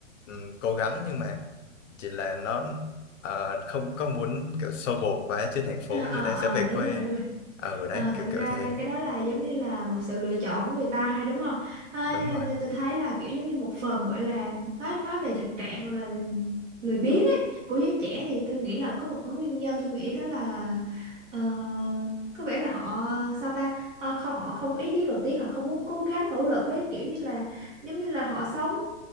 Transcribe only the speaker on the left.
ừm, cố gắng nhưng mà chỉ là nó ờ, không có muốn kiểu xô bồ quá trên thành phố
người ta sẽ
về quê
ở đấy
kiểu
kiểu thế
đúng
rồi